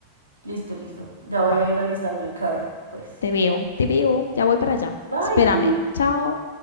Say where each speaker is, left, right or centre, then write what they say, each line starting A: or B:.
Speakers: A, on the right; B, on the left.
A: Listo, listo. Ya voy
B: Va,
A: a ir alistando el carro, pues.
B: te veo, te veo, ya voy para allá.
A: Bye.
B: Espérame, chao.